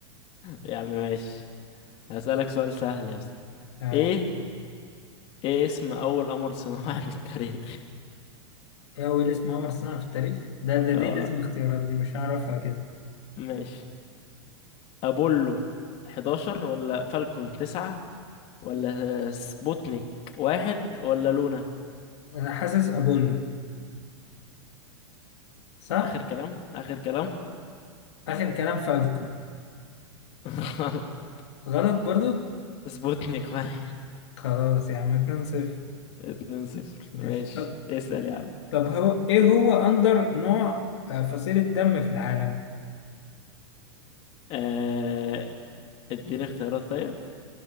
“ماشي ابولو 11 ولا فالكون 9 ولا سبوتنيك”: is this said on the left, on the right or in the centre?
Left